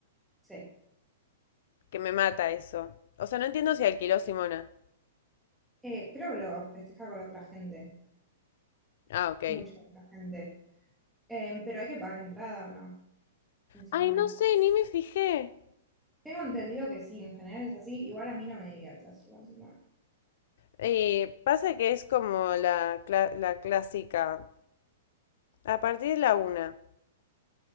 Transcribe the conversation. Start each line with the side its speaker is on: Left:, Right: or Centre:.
Centre: sí.
Left: que me mata eso. O sea, no entiendo si alquiló Simona.
Centre: Eh, creo que lo festeja con otra gente,
Left: Ah, ok.
Centre: mucha otra gente. Eh, pero hay que pagar entrada o no, en Simona.
Left: Ay, no sé, ni me fijé.
Centre: Tengo entendido que sí, en general es así. Igual a mí no me divierte hacerlo en Simona.
Left: Eh, pasa que es como la, cla- la clásica. A partir de la una.